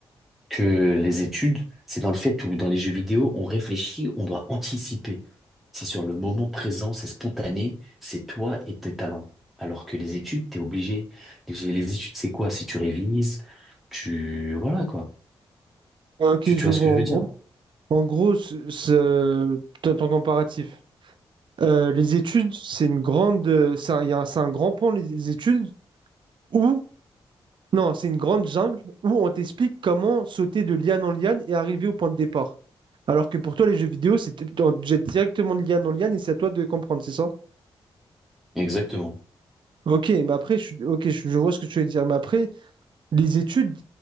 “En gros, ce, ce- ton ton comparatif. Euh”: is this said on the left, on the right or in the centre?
Right